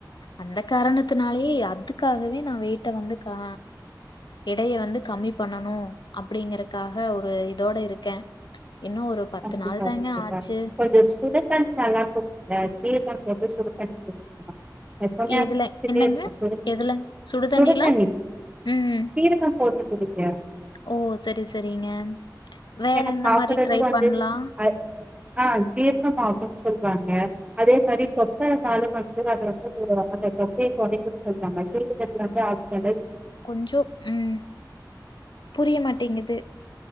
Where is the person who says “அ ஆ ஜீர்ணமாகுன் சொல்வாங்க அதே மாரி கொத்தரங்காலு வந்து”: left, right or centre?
Right